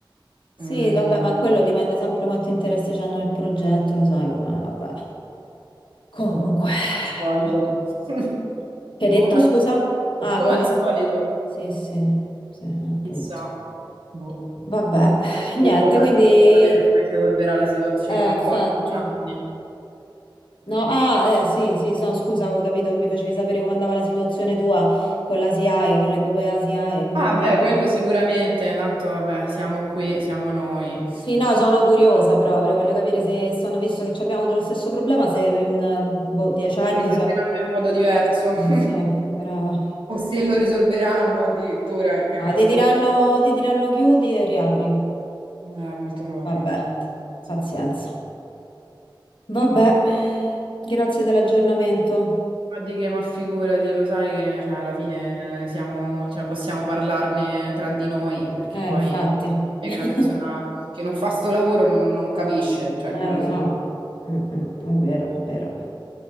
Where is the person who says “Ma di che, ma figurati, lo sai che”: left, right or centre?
Right